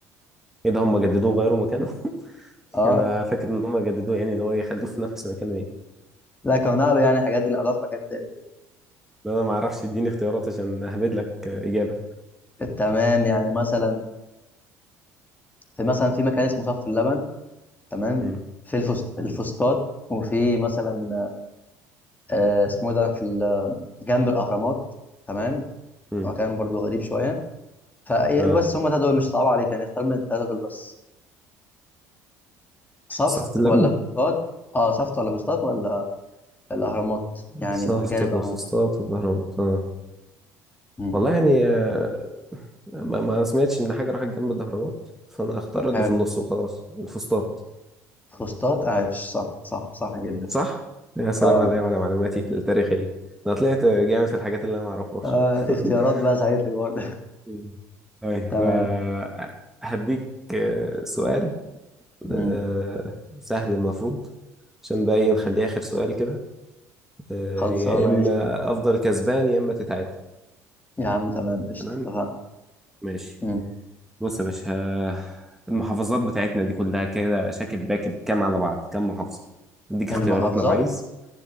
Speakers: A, in the centre; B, on the left.
A: إيه ده هم جددوه غيروا مكانه؟ <laughs>
B: أه
A: أنا فاكر إن هم جددوه يعني اللي هو يخلوه في نفس مكانه إيه
B: لا كانوا نقلوا يعني الحاجات دي نقلوها في مكان تاني كده
A: لا انا ما اعرفش اديني اختيارات عشان اهبد لك اجابه
B: تمام يعني مثلا في مثلا في مكان اسمه صف اللبن تمام
A: امم
B: في الفس... الفسطاط وفي مثلا آه اسمه إيه ده في ال- جنب الأهرامات تمام
A: امم
B: هو كان برضو غريب شويه فبس
A: اه
B: هما التلاتة دول مش صعب عليك يعني اختار من التلاتة دول بس صفت
A: صفت اللبن
B: ولا فسطاط اه صفت ولا فسطاط ولا الاهرامات يعني
A: صفت
B: بجانب
A: ولا
B: الاهرامات
A: الفسطاط ولا الاهرامات اه
B: مم.
A: والله يعني آه، ما, ما سمعتش ان حاجه راحت جنب الاهرامات فانا اختار اللي
B: حلو
A: في النص وخلاص الفسطاط
B: فسطاط عايش صح صح صح جدا
A: صح يا سلام
B: اه,
A: عليا وعلى معلوماتي التاريخيه انا طلعت جامد في الحاجات اللي انا ما اعرفهاش
B: آه اختيارات
A: <laughs>
B: بقى ساعدتك برضه
A: مم. طيب
B: <laughs> تمام
A: آه، هديك آه، سؤال
B: مم.
A: آه، سهل المفروض عشان بقى إيه، نخليه
B: مم.
A: اخر سؤال كده آه،
B: خلصانه
A: يا اما
B: قشطه
A: افضل كسبان يا اما تتعادل
B: يا عم تمام قشطه
A: تمام
B: اتفقنا
A: ماشي
B: مم.
A: بص يا باشا آه، المحافظات بتاعتنا دي كلها كده شاكب راكب كام على بعض كام محافظة اديك
B: المحافظات
A: اختيارات لو عايز